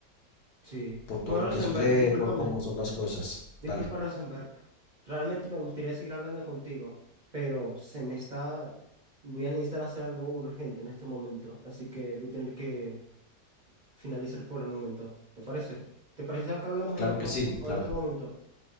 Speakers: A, on the right (about 25°); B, on the left (about 65°).
A: Sí.
B: Por todo
A: Bueno,
B: lo
A: Rosenberg,
B: que sucede,
A: discúlpame.
B: por cómo son las cosas.
A: Disculpa,
B: Dale.
A: Rosenberg. Realmente me gustaría seguir hablando contigo, pero se me está... Voy a necesitar hacer algo urgente en este momento, así que voy a tener que finalizar por el momento. ¿Te parece? ¿Te parece que hablamos
B: Claro
A: en otro,
B: que sí,
A: o-
B: claro.
A: en otro momento?